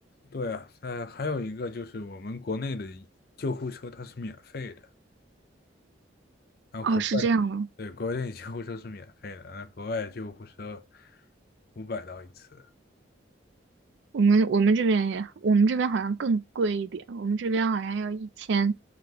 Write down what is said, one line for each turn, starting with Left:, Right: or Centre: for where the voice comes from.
Left: 对啊，呃，还有一个就是我们国内的救护车它是免费的，然后国外的，
Right: 哦，是这样的，
Left: 对，国内救护车是免费的，那国外救护车五百刀一次，
Right: 我们我们这边也，我们这边好像更贵一点，我们这边好像要一千